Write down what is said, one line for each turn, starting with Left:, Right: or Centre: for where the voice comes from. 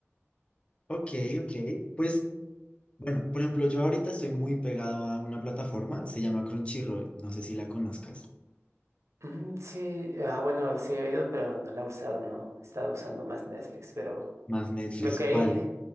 Left: Ok, ok. Pues, bueno, por ejemplo, yo ahorita estoy muy pegado a una plataforma, se llama Crunchyroll, no sé si la conozcas.
Right: Mm, sí, ah, bueno, sí he oído, pero no la he usado, no. He estado usando más Netflix, pero
Left: Más Netflix,
Right: creo que ahí,
Left: vale.